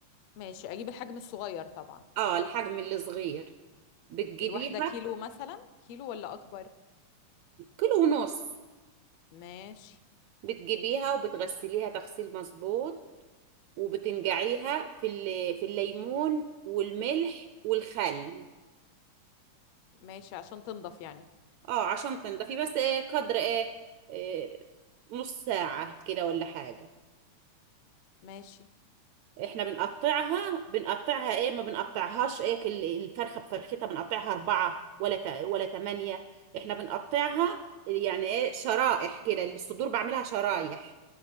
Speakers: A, on the left; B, on the right.
A: ماشي اجيب الحجم الصغير طبعا
B: اه الحجم الصغير بتجيبيها
A: الواحدة كيلو مثلا كيلو ولا اكبر
B: كيلو ونص
A: ماشي
B: بتجيبيها وبتغسليها تغسيل مظبوط وبتنقعيها في ال- في الليمون والملح والخل
A: ماشي عشان تنضف يعني
B: اه عشان تنضفي بس ايه قدر ايه, إيه نص ساعة كده ولا حاجة
A: ماشي
B: احنا بنقطعها بنقطعها ايه ما بنقطعهاش ايه ال- الفرخه بفرختها بنقطعها اربعه ولا ت- ولا تمانيه احنا بنقطعها يعني ايه شرائح كده الصدور بعملها شرايح